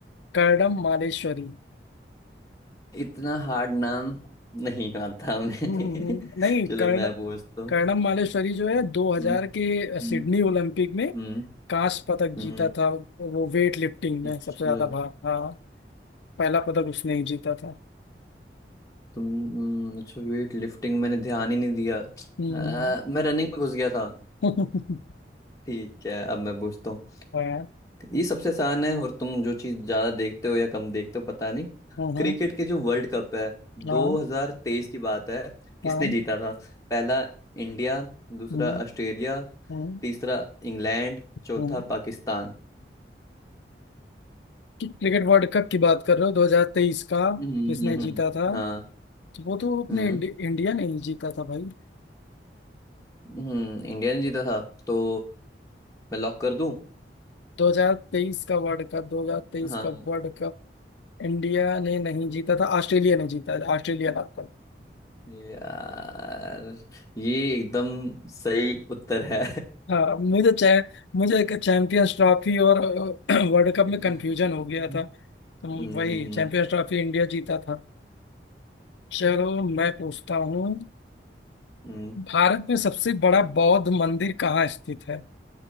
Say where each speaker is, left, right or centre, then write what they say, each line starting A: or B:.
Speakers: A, on the left; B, on the left.
A: कर्णम मालेश्वरी
B: इतना हार्ड नाम नहीं आता हमें
A: हम्म, हम्म, हम्म।
B: <laughs>
A: नहीं
B: चलो
A: कर्ण
B: मैं पूछता हूँ
A: कर्णम मालेश्वरी जो है 2000
B: हम्म
A: के सिडनी
B: हम्म
A: ओलंपिक में
B: हम्म
A: कांस्य पदक
B: हम्म,
A: जीता था वो वेट लिफ्टिंग में
B: अच्छा
A: सबसे ज्यादा भाग हाँ पहला पदक उसने ही जीता था
B: तुम हम्म, अच्छा वेट लिफ्टिंग मैंने ध्यान ही नहीं दिया अ,
A: हम्म
B: मैं रनिंग में घुस गया था
A: <laughs>
B: ठीक है अब मैं पूछता हूँ
A: हाँ
B: ये सबसे आसान है और तुम जो चीज ज्यादा देखते हो या कम देखते हो पता नहीं
A: हाँ
B: क्रिकेट के जो वर्ल्ड कप है 2023
A: हाँ
B: की बात है किसने
A: हाँ,
B: जीता था पहला इंडिया दूसरा
A: हम्म
B: ऑस्ट्रेलिया
A: हम्म,
B: तीसरा इंग्लैंड
A: हम्म।
B: चौथा पाकिस्तान
A: क्रिकेट वर्ल्ड कप की बात कर रहे हो 2023 का
B: हम्म हम्म,
A: किसने
B: हम्म। हम्म
A: जीता था
B: हाँ
A: तो वो तो अपने
B: हम्म
A: इंडि, इंडिया ने ही जीता था भाई
B: हम्म इंडिया ने जीता था तो मैं लॉक कर दूं
A: 2023 का वर्ल्ड कप 2023
B: हाँ
A: का वर्ल्ड कप इंडिया ने नहीं जीता था ऑस्ट्रेलिया ने जीता है, ऑस्ट्रेलिया लाभ पर
B: यार ये एकदम सही उत्तर है
A: हाँ मुझे चै, मुझे एक चैंपियंस ट्रॉफी और <clears throat> वर्ल्ड कप
B: <laughs>
A: में कंफ्यूजन हो गया
B: हम्म
A: था तो
B: हम्म
A: वही चैंपियंस ट्रॉफी इंडिया जीता था चलो मैं पूछता हूँ
B: हम्म,
A: भारत में सबसे बड़ा बौद्ध मंदिर कहाँ स्थित है